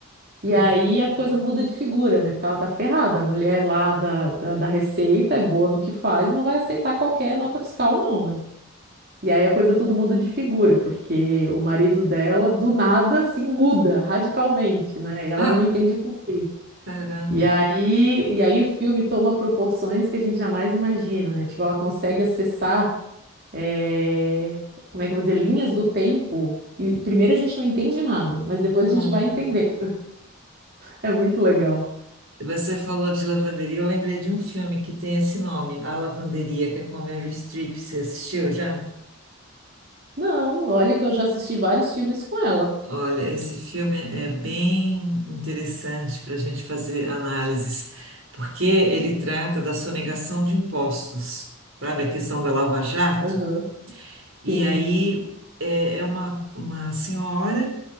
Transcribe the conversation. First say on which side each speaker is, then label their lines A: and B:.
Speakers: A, on the right; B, on the right.
A: E
B: Uhum.
A: aí a coisa muda de figura, né? Porque ela tá ferrada. A mulher lá da, da, da Receita é boa no que faz, e não vai aceitar qualquer nota fiscal, não, né? E aí a coisa tudo muda de figura, porque o marido dela, do nada, assim, muda radicalmente, né? E ela
B: Ah,
A: não entende por quê.
B: caramba.
A: E aí, e aí o filme toma proporções que a gente jamais imagina, né? Tipo, ela consegue acessar, eh, como é que eu vou dizer, linhas do tempo. E primeiro a gente não entende nada, mas depois
B: Hum.
A: a gente vai entendendo. É muito legal.
B: Você falou de lavanderia, eu lembrei de um filme que tem esse nome, A Lavanderia, que é com a Meryl Streep. Você assistiu já?
A: Não, olha que eu já assisti vários filmes com ela.
B: Olha, esse filme é bem interessante para a gente fazer análises, porque ele trata da sonegação de impostos, sabe? A questão da Lava Jato.
A: Aham.
B: E
A: Sim.
B: aí é, é uma, uma senhora.